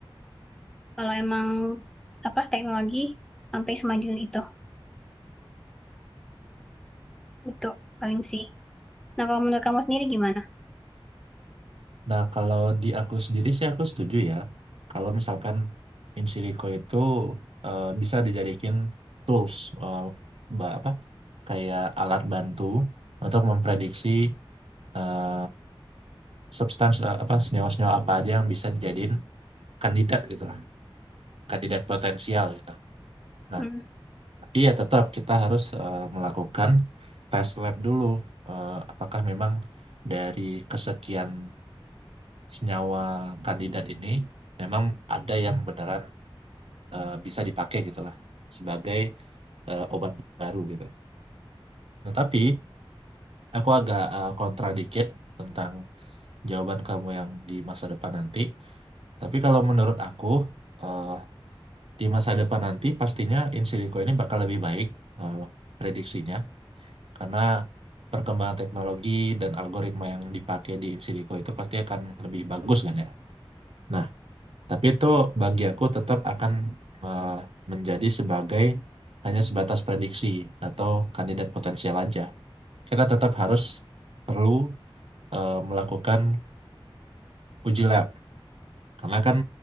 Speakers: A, in the centre; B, on the right.
A: kalau emang apa teknologi sampai semaju itu betul paling sih nah kalau menurut kamu sendiri gimana
B: Nah, kalau di aku sendiri sih aku setuju ya. Kalau misalkan in silico itu eh, bisa dijadikan tools eh, ba- apa kayak alat bantu untuk memprediksi eh, substans eh, apa senyawa-senyawa apa aja yang bisa dijadiin kandidat gitu lah, kandidat potensial gitu. Nah,
A: hmm,
B: tapi ya tetap kita harus eh, melakukan tes lab dulu eh, apakah memang dari kesekian senyawa kandidat ini memang ada yang beneran eh, bisa dipakai gitu lah sebagai eh, obat baru gitu. Nah, tapi aku agak eh, kontra dikit tentang jawaban kamu yang di masa depan nanti. Tapi kalau menurut aku eh, di masa depan nanti pastinya in silico ini bakal lebih baik eh, prediksinya karena perkembangan teknologi dan algoritma yang dipakai di in silico itu pasti akan lebih bagus kan ya. Tapi itu bagi aku tetap akan eh, menjadi sebagai hanya sebatas prediksi atau kandidat potensial aja. Kita tetap harus perlu eh, melakukan uji lab karena kan